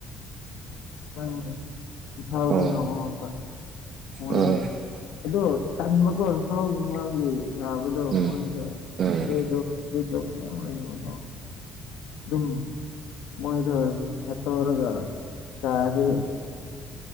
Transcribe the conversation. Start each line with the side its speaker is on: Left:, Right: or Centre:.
Left: <unintelligible> ꯏꯝꯐꯥꯜꯗꯅ
Right: ꯑꯣ
Left: ꯍꯣꯡꯕ ꯃꯣꯏꯗꯤ
Right: ꯑꯥ
Left: ꯑꯗꯣ ꯇꯟꯕꯀꯣ ꯏꯝꯐꯥꯜ ꯒꯨꯝꯕꯒꯤ ꯆꯥꯕꯗꯣ
Right: ꯎꯝ
Left: ꯃꯣꯏꯁꯦ ꯏꯁꯇꯔꯤꯠ
Right: ꯎꯝ
Left: ꯗꯣꯛ ꯏꯁꯇꯔꯤꯠ ꯗ‌ꯣꯛ ꯃꯌꯥꯝ ꯂꯩꯕꯀ‌ꯣ ꯗꯨꯝ ꯃꯣꯏꯗꯨ <unintelligible> ꯆꯥꯔꯗꯤ